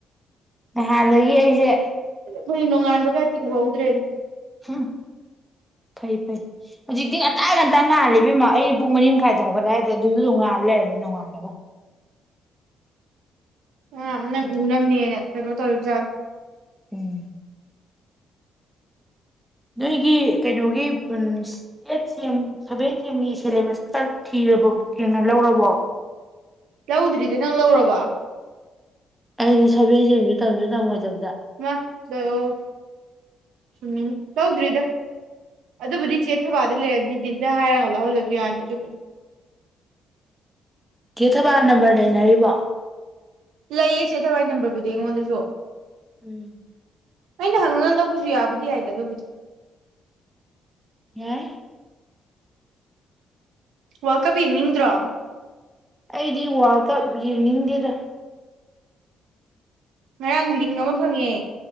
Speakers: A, in the centre; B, on the right.
A: ꯍꯥꯟꯗꯒꯤ ꯑꯩꯁꯦ
B: ꯃꯣꯏ ꯅꯣꯡꯉꯥꯟꯕꯒ ꯇꯤꯡꯍꯧꯗ꯭ꯔꯦꯗꯣ
A: ꯎꯝ ꯐꯩ ꯐꯩ ꯍꯧꯖꯤꯛꯇꯤ ꯉꯟꯇꯥ ꯉꯟꯇ ꯉꯥꯜꯂꯤꯕꯦꯝꯃ ꯑꯩꯅ ꯄꯨꯡ ꯃꯔꯤ ꯃꯈꯥꯏꯗ ꯍꯧꯒꯠꯂꯛꯑꯦꯗꯣ ꯑꯗꯨꯗꯨ ꯑꯗꯨꯝ ꯉꯥ ꯂꯩꯔꯝꯃꯤ ꯅꯣꯡꯉꯥꯜꯂꯒ
B: ꯎꯝꯅ ꯎꯨꯅ ꯑꯃꯅꯤꯅꯦ ꯀꯅ ꯇꯧꯔꯖꯥꯟ
A: ꯎꯝ ꯅꯣꯏꯒꯤ ꯀꯩꯅꯣꯒꯤ ꯑꯩꯠ ꯁꯦꯝ ꯑ ꯁꯚꯦꯟ ꯁꯦꯝ ꯑꯒꯤ ꯁꯤꯂꯦꯕꯁ ꯈ ꯊꯤꯔꯕ ꯊꯦꯡꯅ ꯂꯧꯔꯕꯣ
B: ꯂꯧꯗ꯭ꯔꯤꯗ ꯅꯪ ꯂꯧꯔꯕ
A: ꯑꯅꯤ ꯁꯦ ꯌꯦꯖ ꯇꯝꯁꯨ ꯇ ꯃꯖ
B: ꯃ ꯎꯝ ꯎꯝ ꯇꯧꯗ꯭ꯔꯤꯗ ꯑꯗꯨꯕꯨꯗꯤ ꯆꯦꯊꯕꯗ ꯂꯩꯔꯕꯅꯤ ꯗꯤꯟꯗ ꯍꯥꯏꯔꯒ ꯂꯧꯍꯜꯂꯒ ꯕꯤꯔꯌꯥꯅꯤꯒꯤ
A: ꯀ ꯊꯕꯕꯥ ꯅꯝꯕꯔ ꯂꯩꯅꯔꯤꯕꯣ
B: ꯂꯩꯌꯦꯁꯦ ꯊꯋꯥꯏ ꯅꯝꯕꯔꯕꯨꯗꯤ ꯑꯩꯉꯣꯟꯗꯁꯨ
A: ꯎꯝ
B: ꯑꯩꯅ ꯍꯪꯉꯒ ꯂꯧꯕꯁꯨ ꯌꯥꯕꯨꯗꯤ ꯌꯥꯏꯗ ꯑꯗꯨꯕꯨꯗꯤ
A: ꯍꯥ
B: ꯋꯥꯔ ꯀꯞ ꯌꯦꯡꯅꯤꯡꯗ꯭ꯔꯣ
A: ꯑꯩꯗꯤ ꯋꯥꯔꯜ ꯀꯞ ꯌꯦꯡꯅꯤꯡꯗꯦꯗ
B: ꯉꯔꯥꯡ ꯂꯤꯡ ꯑꯃ ꯐꯪꯉꯦ